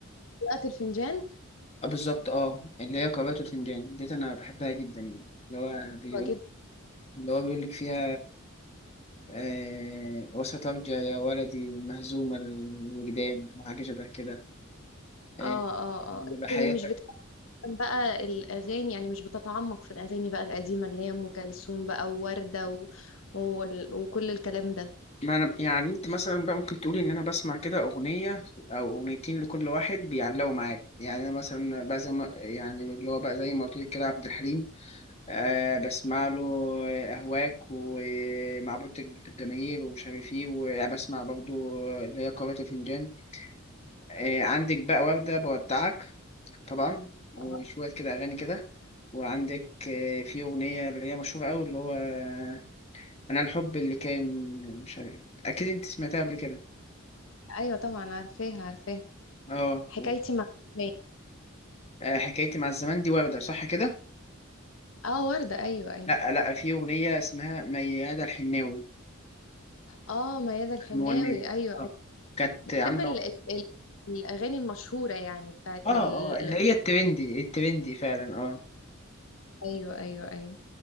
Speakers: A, on the left (about 75°); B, on the left (about 30°).
A: وقت الفنجان
B: آه بالظبط أه اللي هي قارئة الفنجان ديت أنا بحبها جدا يعني اللي هو بيقول
A: حلوة جدا
B: اللي هو بيقول لك فيها آه وسترجع يا ولدي مهزوم الوجدان وحاجة شبه كده آه
A: اه اه
B: بحياتك
A: اه لكن مش بتحب بقى الأغاني يعني مش بتتعمق في الأغاني بقى القديمة اللي هي أم كلثوم بقى ووردة و... وال- وكل الكلام ده
B: ما أنا يعني أنت مثلا بقى ممكن تقولي إن أنا بسمع كده أغنية أو أغنيتين لكل واحد بيعلقوا معايا يعني أنا مثلا بقى زي ما يعني اللي هو بقى زي ما قلت لك كده عبد الحليم آه بسمع له أهواك ومعبود الجماهير ومش عارف إيه وبسمع برضه اللي هي قارئة الفنجان آه عندك بقى وردة بودعك طبعا وشوية
A: آه،
B: كده أغاني كده وعندك آه في أغنية اللي هي مشهورة أوي اللي هو آه، أنا الحب اللي كان مش عارف أكيد أنت سمعتها قبل كده
A: أيوة طبعا عارفاها عارفاها
B: اه
A: حكايتي مع الحناوي.
B: آه، حكايتي مع الزمان دي وردة صح كده؟
A: اه وردة أيوة أيوة
B: لا لا في أغنية اسمها ميادة الحناوي
A: اه ميادة الحناوي
B: مغنية
A: أيوة
B: بالظبط.
A: أيوة
B: كانت عاملة
A: بحب ال... ال... ال- الأغاني المشهورة يعني بتاعت
B: اه
A: ال...
B: اه اللي هي الترندي الترندي فعلا اه
A: ايوه ايوه ايوه